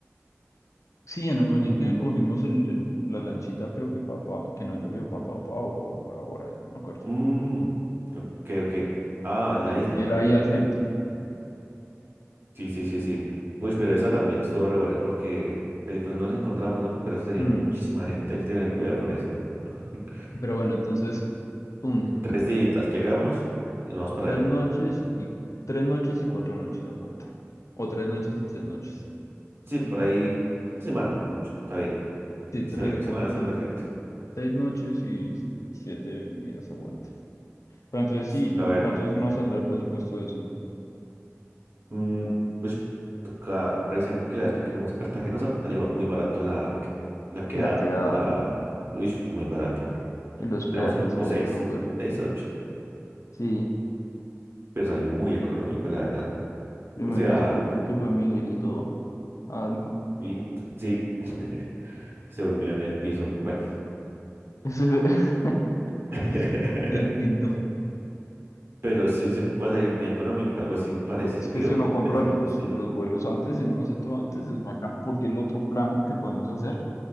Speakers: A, on the left; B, on the right.
A: Sí, en el muelle
B: Mm,
A: que cogimos el, el- la lanchita, creo que papá, que no llovió, papá, papá, o Bora Bora, yo no me acuerdo.
B: mm, ok, ok. Ah, en
A: Y
B: la isla.
A: era ahí al frente.
B: sí. Sí, sí, sí, sí. Uy, pero esa también estuvo re buena porque después nos encontramos, ¿no? Pero eso tenía
A: Mm,
B: muchísima gente, hay que tener cuidado con eso. <laughs>
A: Pero bueno, entonces, pum,
B: Tres días, llegamos y vamos para
A: Tres
B: allá.
A: noches y tres noches y cuatro noches aguanta. O tres noches y tres noches.
B: Sí, por ahí, una semana, por mucho. Está bien,
A: Sí,
B: está
A: tres,
B: bien, una
A: con,
B: semana está
A: con
B: perfecto.
A: seis noches y siete días aguanta. Pero entonces
B: Entonces,
A: sí,
B: a ver,
A: ¿y ¿cuántos nos saldrá el presupuesto de eso?
B: mm, pues toca revisar porque la vez que fuimos a Cartagena salió muy barato la, que- la quedada,
A: La quedada,
B: la... Uy, fue muy barato.
A: el hospedaje
B: Éramos como
A: en severo
B: seis,
A: lugar.
B: seis, ocho,
A: Sí,
B: pero salió muy económico, la verdad.
A: primera
B: O sea,
A: vez que, vi que fue Miguelito a algo.
B: y- sí. <laughs> Se durmió en el piso. Bueno.
A: Ese fue <laughs>
B: <laughs>
A: el pinto.
B: Pero sí, se puede salir muy económico, algo así parecido,
A: Digo, es que si uno compra
B: de ese
A: los,
B: mismo estilo.
A: los vuelos antes y uno hace todo antes, es bacán, porque el otro plan que podemos hacer